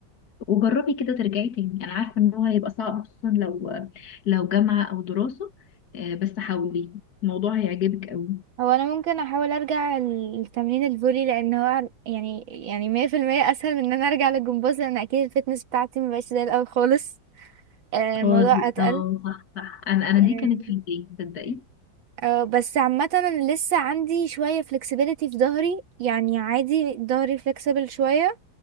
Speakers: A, on the left; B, on the right.
A: وجربي كده ترجعي تاني انا عارفه ان هو هيبقى صعب خصوصا لو لو جامعه او دراسه آه، بس حاولي الموضوع هيعجبك قوي
B: هو انا ممكن احاول ارجع لتمرين الفولي لان هو يعني يعني 100% اسهل من ان انا ارجع للجمباز لان اكيد الفتنس بتاعتي مبقاش زي الاول خالص آه، الموضوع
A: اه
B: اتقل
A: اه صح صح انا انا
B: يعني.
A: دي كانت في البيت تصدقي
B: أه بس عامة انا لسه عندي شوية flexibility في ظهري يعني عادي ظهري flexible شوية